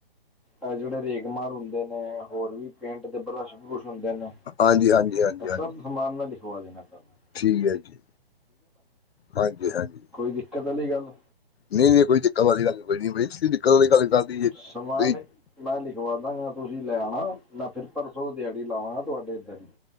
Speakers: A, in the centre; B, on the left (about 90°).
A: ਇਹ ਜਿਹੜੇ ਰੇਗਮਾਰ ਹੁੰਦੇ ਨੇ ਹੋਰ ਵੀ ਪੇਂਟ ਦੇ ਬਰੱਸ਼-ਬਰੁਸ਼ ਹੁੰਦੇ ਨੇ।
B: ਹਾਂਜੀ-ਹਾਂਜੀ, ਹਾਂਜੀ-ਹਾਂਜੀ।
A: ਇਹ ਸਭ ਸਮਾਨ ਨਾ ਲਿਖਵਾ ਦੇਣਾ ਕਰਨਾ।
B: ਠੀਕ ਐ ਜੀ, ਹਾਂਜੀ-ਹਾਂਜੀ।
A: ਕੋਈ ਦਿੱਕਤ ਆਲੀ ਗੱਲ।
B: ਨਹੀਂ-ਨਹੀਂ ਕੋਈ ਦਿੱਕਤ ਵਾਲੀ ਗੱਲ ਕੋਈ ਨੀ ਬਾਈ ਦਿੱਕਤ ਵਾਲੀ ਗੱਲ, ਕਰਦੀ ਜੇ ਤੁਸੀਂ
A: ਸਮਾਨ ਮੈਂ ਲਿਖਵਾ ਦਾਂਗਾ ਤੁਸੀਂ ਲੈ ਆਉਣਾ ਮੈਂ ਫਿਰ ਪਰਸੋਂ ਤੋਂ ਦਿਹਾੜੀ ਲਾਵਾਂਗਾ ਤੁਹਾਡੇ ਇੱਥੇ